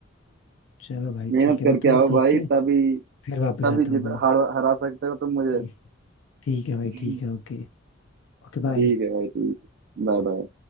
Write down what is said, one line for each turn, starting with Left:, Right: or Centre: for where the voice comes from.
Left: चलो भाई
Right: मेहनत
Left: ठीक है
Right: करके
Left: मैं थोड़ा
Right: आओ
Left: सीख
Right: भाई
Left: के
Right: तभी
Left: फिर वापस
Right: तभी
Left: आता हूँ
Right: जीत
Left: भाई
Right: हरा हरा सकते हो तुम मुझे
Left: ठीक ठीक है भाई
Right: <laughs>
Left: ठीक है ओके Okay bye
Right: ठीक है भाई ठीक Bye bye